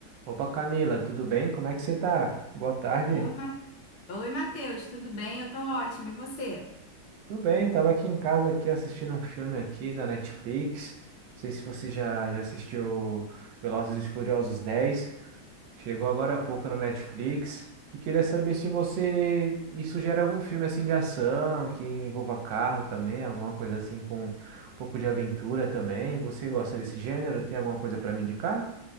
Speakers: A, on the right; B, on the left.
A: Opa, Camila, tudo bem? Como é que você tá? Boa tarde.
B: Oi, Ma... Oi, Matheus, tudo bem? Eu tô ótima, e você?
A: Tudo bem, tava aqui em casa aqui assistindo um filme aqui da Netflix. Não sei se você já, já assistiu Velozes e Furiosos 10. Chegou agora há pouco na Netflix. E queria saber se você me sugere algum filme assim de ação, que envolva carro também, alguma coisa assim com um pouco de aventura também. Você gosta desse gênero? Tem alguma coisa para me indicar?